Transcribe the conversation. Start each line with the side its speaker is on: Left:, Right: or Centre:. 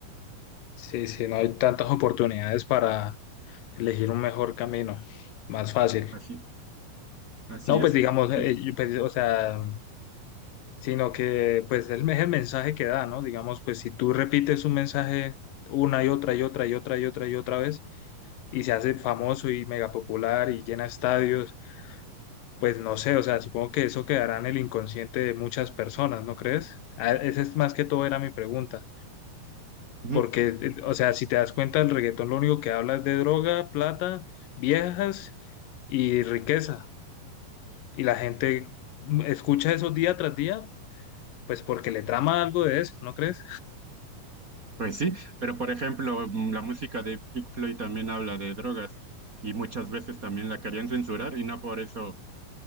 Left: Sí, sí, no hay tantas oportunidades para elegir un mejor camino, más fácil.
Right: Así, así
Left: No, pues
Right: es.
Left: digamos, eh,
Right: Y,
Left: yo, pues, o sea, sino que pues el, es el mensaje que da, ¿no? Digamos, pues si tú repites un mensaje una y otra y otra y otra y otra y otra vez y se hace famoso y mega popular y llena estadios, pues no sé, o sea, supongo que eso quedará en el inconsciente de muchas personas, ¿no crees? A- Esa es más que todo era mi pregunta,
Right: ujú.
Left: porque, eh, o sea, si te das cuenta, el reggaetón lo único que habla es de droga, plata, viejas y riqueza, y la gente mm, escucha eso día tras día, pues porque le trama algo de eso, ¿no crees?
Right: Pues sí, pero por ejemplo, mm, la música de Pink Floyd también habla de drogas y muchas veces también la querían censurar y no por eso